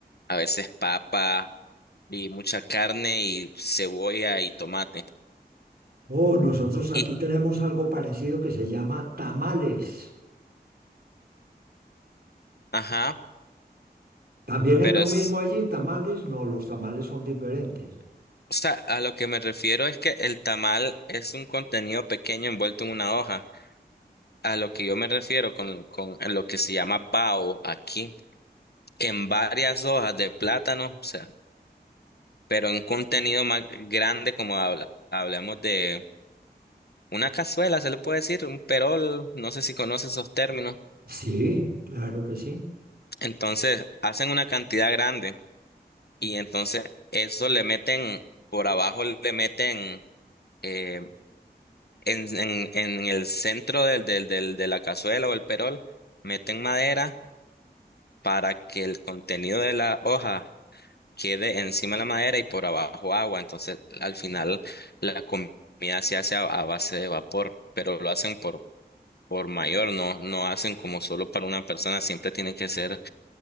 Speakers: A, on the left; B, on the right.
A: a veces papa y mucha carne y cebolla y tomate.
B: Oh, nosotros aquí
A: Y,
B: tenemos algo parecido que se llama tamales.
A: ajá,
B: ¿También
A: pero
B: es lo
A: es,
B: mismo allí, tamales? No, los tamales son diferentes.
A: o sea, a lo que me refiero es que el tamal es un contenido pequeño envuelto en una hoja. A lo que yo me refiero con, con en lo que se llama PAO aquí, en varias hojas de plátano, o sea, pero en contenido más grande como habla, hablamos de una cazuela, se le puede decir, un perol, no sé si conoce esos términos.
B: Sí, claro que sí.
A: Entonces, hacen una cantidad grande y entonces eso le meten, por abajo le meten eh, en, en, en el centro del, del, del, de la cazuela o el perol, meten madera para que el contenido de la hoja quede encima de la madera y por abajo agua. Entonces, al final, la comida se hace a, a base de vapor, pero lo hacen por, por mayor, no, no hacen como solo para una persona, siempre tiene que ser